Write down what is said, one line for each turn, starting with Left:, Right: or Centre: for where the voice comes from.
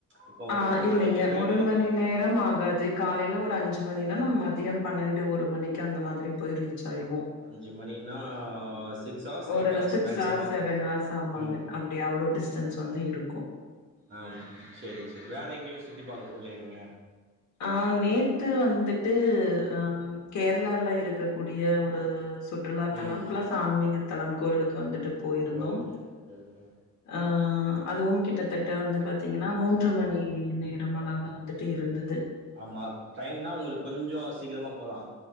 Right: இப்போ
Left: ஆ
Right: காலையில
Left: இல்லைங்க
Right: ட்ரெயின்
Left: ஒரு
Right: ஏறுனா
Left: மணி நேரம் ஆகாது காலையில ஒரு அஞ்சு மணினா நம் மதியம் பண்ணெடு ஒரு மணிக்கு அந்த மாதிரி போய் ரீச் ஆயிருவோம்
Right: அஞ்சு மணினா சிக்ஸ் ஹார்ஸ் eight
Left: ஒரு
Right: hours
Left: six
Right: maximum
Left: hours seven hours ஆமாங்க
Right: ம்
Left: அப்படி அவ்ளோ டிஸ்டன்ஸ் வந்து இருக்கும்
Right: ஆ சேரி வேற எங்கையு சுத்தி பாக்க போலயா நீங்க
Left: ஆ நேத்து வந்து டு ஆ கேரளால இருக்க கூடிய ஒரு சுற்றுலா தலம்
Right: ம்
Left: பிளஸ் ஆன்மீக தலம் கோயிலுக்கு வந்துட்டு கோ போயிருந்தோம்
Right: ஓகே ஓகே ஓகே
Left: ஆ அதுவும் கிட்டத்தட்ட வந்து பாத்தீங்கன்னா மூன்று மணி நேரம் அளவுல வந்துட்டு இருந்தது
Right: ஆமா ட்ரெயின்னா உங்களுக்கு கொஞ்சோ சீக்கிரமா போலாம்